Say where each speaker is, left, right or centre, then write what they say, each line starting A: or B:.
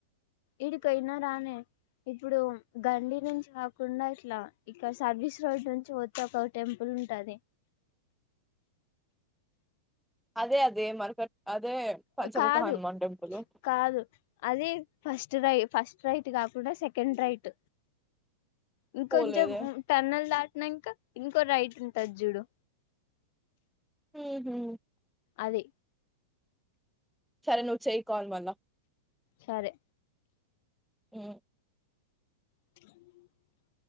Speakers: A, on the left (about 50°); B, in the centre.
A: ఈడి కొయిన రానే ఇప్పుడు గండి నుంచి కాకుండా ఇట్లా ఇక్కడ సర్వీస్ రోడ్ నుంచి వచ్ ఒక టెంపుల్ ఉంటాది
B: అదే అదే మర్కట్ అదే పంచముఖ
A: కాదు
B: హనుమాన్ టెంపులు
A: కాదు అది ఫస్ట్ రై ఫస్ట్ రైట్ కాకుండా సెకండ్ రైట్ ఇంకొంచెం
B: పోలేదే
A: టన్నల్ దాటినంక ఇంకో రైట్ ఉంటది జూడు
B: ఊహు
A: అది
B: సరే నువ్వు చెయ్ కాల్ మల్లా
A: సరే
B: ఊ
A: త <inaudible>